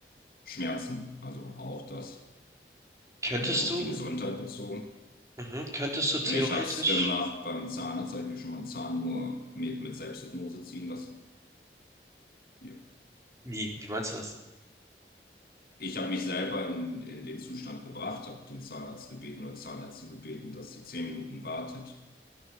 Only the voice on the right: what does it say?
Könntest
du,
mhm, könntest du theoretisch,
wie, wie meinst du das?